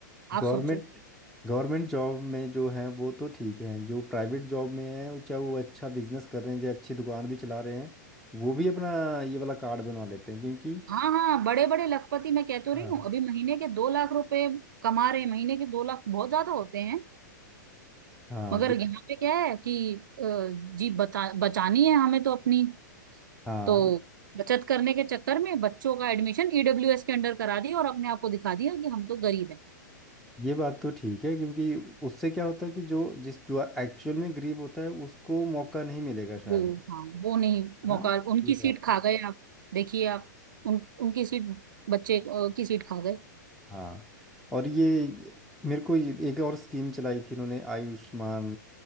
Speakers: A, on the right; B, in the centre.
A: आप
B: गवर्नमेंट
A: सोचो
B: गवर्नमेंट जॉब में जो हैं वो तो ठीक हैं जो प्राइवेट जॉब में हैं वो चाहे वो अच्छा बिजनेस कर रहे हैं चाहे अच्छी दुकान भी चला रहे हैं वो भी अपना ये वाला कार्ड बनवा लेते हैं क्योंकि
A: हाँ हाँ बड़े बड़े लखपति मैं कह तो
B: हाँ
A: रही हूँ अभी महीने के दो लाख रुपए कमा रहे हैं महीने के दो लाख बहुत ज्यादा होते हैं
B: हाँ
A: मगर
B: ये
A: यहाँ पे क्या है कि अ, जी बता बचानी है हमें तो अपनी
B: हाँ
A: तो बचत करने के चक्कर में बच्चों का एडमिशन ईडब्ल्यूएस के अंडर करा दिया और अपने आप को दिखा दिया कि हम तो गरीब हैं
B: ये बात तो ठीक है क्योंकि उससे क्या होता है कि जो जिस जो एक्चुअल में गरीब होता है उसको मौका नहीं मिलेगा शायद
A: वो
B: है
A: हाँ वो नहीं मौका
B: ना
A: उनकी
B: ये
A: सीट
B: बात
A: खा
B: है
A: गए आप देखिए आप उन उनकी सीट बच्चे अ, की सीट खा गए
B: हाँ और ये मेरे को ये- एक और स्कीम चलाई थी इन्होंने आयुष्मान